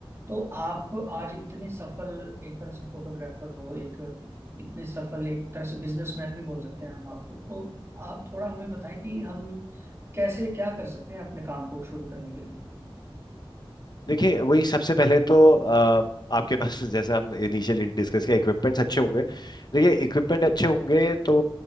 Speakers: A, on the right (about 30°); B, on the left (about 50°).
A: तो आप आज इतने सफल एक तरह से फोटोग्राफर हो एक इतने सफल एक तरह से बिजनेसमैन भी बोल सकते हैं हम आपको तो आप थोड़ा हमें बताएं कि हम कैसे क्या कर सकते हैं अपने काम को शुरू करने के लिए
B: देखिए वही सबसे पहले तो अ, आपके पास <laughs> जैसे हम इनिशियली डिस्कस किया इक्विपमेंट्स अच्छे होंगे देखिए इक्विपमेंट अच्छे होंगे तो